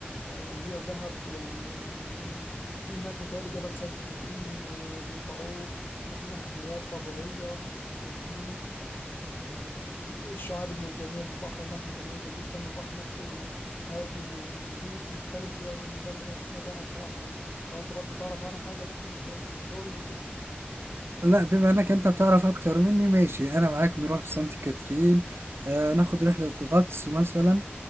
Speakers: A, on the left (about 60°); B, on the right (about 80°).
A: آه، هي ودهب يعني في هناك متهيألي جبل سانت كاترين آه، بيطلعوه وفي محميات طبيعية وفي آه، الشعاب المرجانية في البحر هناك متميزة جدا والبحر نفسه هادي ونظيف ومختلف يعني ده اللي أنا سمعته أنا بصراحة يعني لو أنت برضو تعرف عنها حاجة ممكن ت- ت- تقول لي كده
B: لا بما انك انت تعرف اكتر مني ماشي انا معاك نروح سانت كاترين آه ناخد رحله غطس مثلا